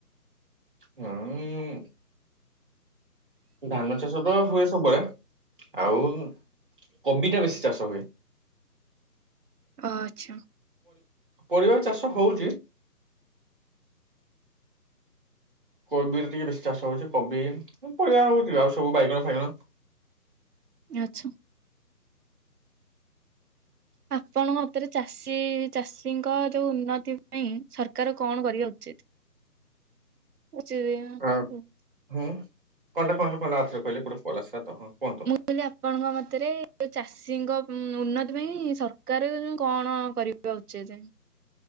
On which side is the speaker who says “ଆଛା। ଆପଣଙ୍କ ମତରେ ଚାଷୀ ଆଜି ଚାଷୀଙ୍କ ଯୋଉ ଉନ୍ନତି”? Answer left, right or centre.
Right